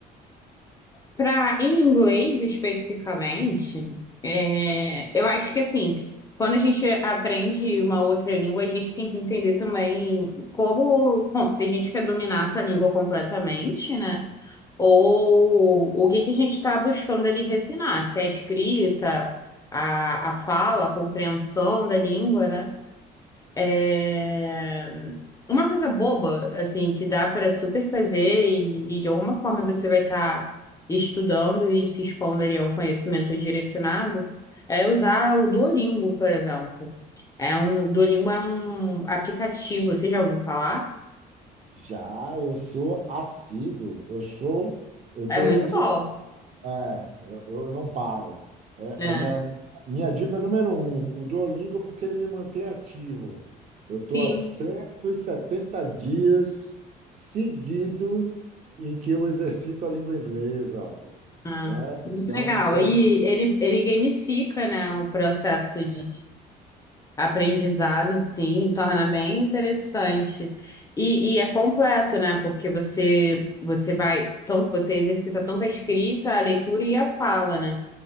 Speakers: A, on the left (about 20°); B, on the right (about 45°).
A: Para em inglês especificamente, é, eu acho que assim, quando a gente aprende uma outra língua, a gente tem que entender também como, como- se a gente quer dominar essa língua completamente, né? Ou o que que a gente está buscando ali refinar, se é a escrita, a, a fala, a compreensão da língua, né? É, Uma coisa boba, assim, que dá para super fazer e, e de alguma forma você vai estar estudando e se expondo ali a um conhecimento direcionado, é usar o Duolingo, por exemplo. É um, Duolingo é um aplicativo, você já ouviu falar?
B: Já eu sou assíduo, eu sou, eu estou
A: É muito
B: entre,
A: bom,
B: o- é, eu, eu não paro. É,
A: né?
B: é minha, minha dica número um, o Duolingo, porque ele me mantém ativo. Eu estou
A: Sim.
B: há 170 dias seguidos em que eu exercito a língua inglesa,
A: Ah,
B: né?
A: muito
B: Então,
A: legal.
B: ele
A: E ele, ele gamifica, né, o processo de aprendizado, assim, torna bem interessante. E, e é completo, né? Porque você você vai, tanto você exercita tanto a escrita, a leitura e a fala, né?